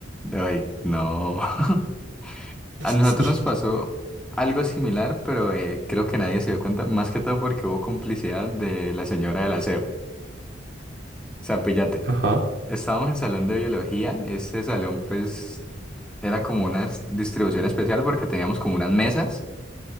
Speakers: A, in the centre; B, on the right.
A: Ay, no. <laughs> A nosotros
B: <laughs>
A: nos
B: Sí.
A: pasó algo similar, pero eh, creo que nadie se dio cuenta, más que todo porque hubo complicidad de la señora del aseo. O sea, píllate.
B: Ajá.
A: Estábamos en salón de biología. Este salón, pues, era como una s- distribución especial porque teníamos como unas mesas,